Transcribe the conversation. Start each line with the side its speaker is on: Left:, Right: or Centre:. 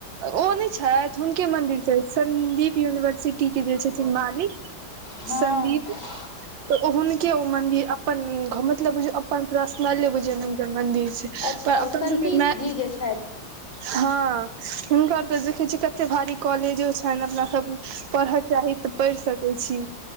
Right: ओ नय छथि हुनके मन्दिर छै सन्दीप यूनिवर्सिटी के जे छथिन मालिक
Left: हँ
Right: संन्दीप
Left: <inaudible>
Right: तऽ ओ हुनके ओ मंदिर अपन घ मतलब बुझियौ अपन प्रश्नले बुझियौ हूनकरे मंदिर छै
Left: अच्छा
Right: पर अपन
Left: ओ सदीप
Right: सबके मै
Left: जी जे छथि
Right: हँ हुनका तऽ देखै छियै कते भारी कॉलेजो छनि अपना सब पढ़ऽ चाही तऽ पढ़ि सकै छी